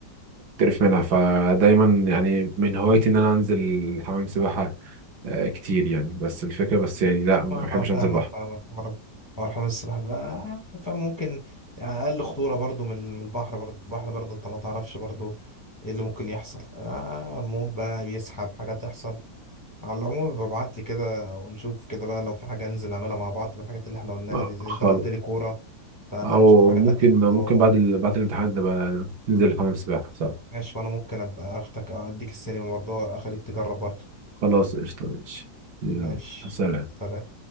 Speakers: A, on the right (about 65°); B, on the left (about 25°).
A: تعرف منها فدايما يعني من هوايتي ان انا انزل حمام سباحة آه، كتير يعني بس الفكرة بس يعني لا
B: ما
A: ما
B: انا
A: بحبش
B: فاهمك
A: انزل بحر
B: فاهمك حوار حوار حمام السباحة بقى- فاهم ممكن اقل خطورة برضو من من البحر برضو البحر برضو انت ما تعرفش برضو ايه اللي ممكن يحصل آه الموج بقى بيسحب حاجة تحصل على العموم ببعت لي كده ونشوف كده بقى لو في حاجة ننزل نعملها مع بعض من الحاجات اللي احنا قلناها
A: آه،
B: دي زي
A: خالص
B: انت ما قلت لي كورة تعالى
A: او
B: نشوف حاجة
A: ممكن
B: تانية
A: ممكن
B: برضه
A: بعد ال... بعد الامتحان نبقى ننزل حمام سباحة صح
B: ماشي وأنا ممكن أبقى أخدك أديك السينما برضه أخليك تجرب برضه
A: خلاص قشطة ماشي يلا
B: ماشي
A: سلام
B: سلام